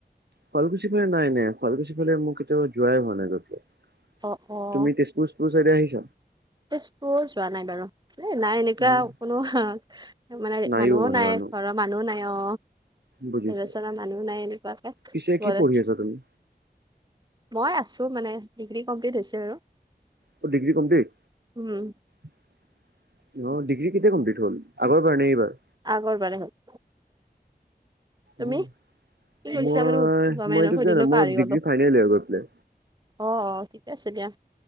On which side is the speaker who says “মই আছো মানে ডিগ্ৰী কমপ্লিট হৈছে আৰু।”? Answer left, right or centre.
Right